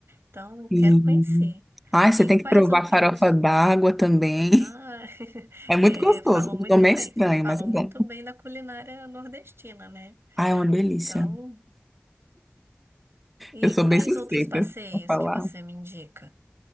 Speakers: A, on the right (about 70°); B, in the centre.
A: Então, eu
B: Sim.
A: quero conhecer.
B: Ai, você
A: E
B: tem
A: quais
B: que provar
A: outros?
B: farofa d'água também. <laughs>
A: Ah, <laughs>
B: É muito
A: é,
B: gostoso.
A: falam
B: O
A: muito
B: nome é
A: bem.
B: estranho,
A: Falam
B: mas é bom.
A: muito bem da culinária nordestina, né?
B: Ai, é uma delícia.
A: Então, e
B: Eu sou
A: quais
B: bem suspeita
A: outros passeios
B: pra falar.
A: que você me indica?